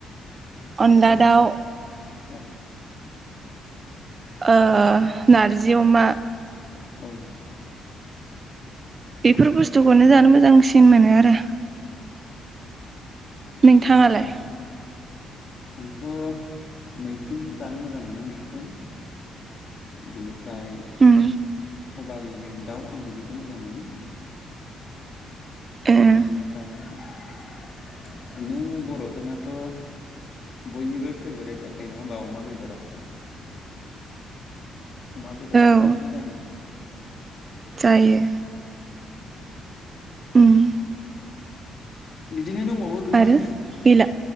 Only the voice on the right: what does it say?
अनला दाउ
ओ नारजि अमा
बेफोर बुस्थुखौनो जानो मोजांसिन मोनो आरो।
नोंथाङालाय
उम
ए
औ
जायो। उम
आरो गैला